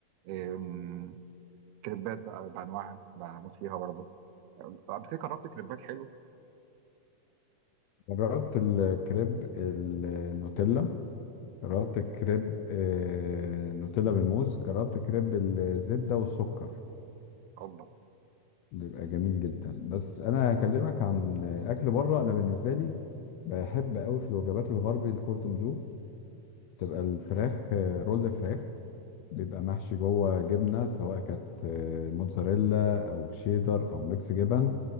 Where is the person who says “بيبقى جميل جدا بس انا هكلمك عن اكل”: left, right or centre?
Left